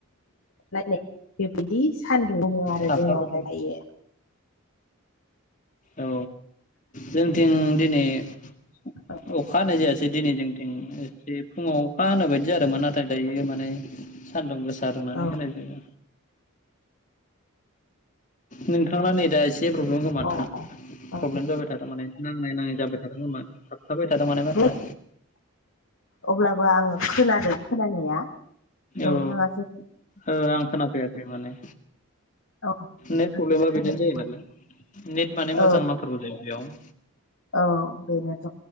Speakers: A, on the left; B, on the left.
A: नायनाय बेबायदि सान्दुं दुङ आरो
B: थाबथाबाय
A: जोंनावहाय
B: थादों।
A: दायो
B: औ जोंथिं दिनै
A: आ
B: अखा हानाय जायासै दिनै जोंथिं एसे फुङाव अखा हानाय बायदि जादोंमोन नाथाय दायो माने सान्दुं गोसा रंनानै
A: औ
B: होनाय जायो नोंथांना नै दा एसे नेत प्रब्लेम होनोमाथा
A: अ अ
B: प्रब्लेम जाबाय थाथारमाने नांनाय नाङि जाबाय थादों खोमा थाबथाबाय थदों माने माथोआ
A: दे अब्लाबो आङो खोनादों खोनानाया नोंथाङासो
B: औ ओ आं खोनाफैाखै माने
A: औ
B: नेट प्रब्लेमा
A: खोनादोंमोन
B: बिदिनो जायो नालाय नेट माने मोजां
A: औ
B: नामफोरबो जायो बेयाव
A: औ बेनोथ'